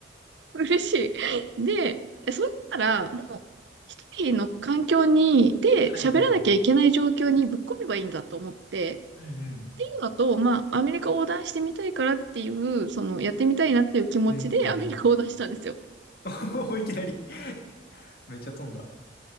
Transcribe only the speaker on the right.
嬉しい。で、えそう言ったら、もう、一人の環境に、で、
喋らなきゃいけない状況にぶっ込めばいいんだと思って、
っていうのと、まあ、アメリカ横断してみたいからっていう、その、やってみたいなっていう気持ちで
<laughs> アメリカ横断したんですよ。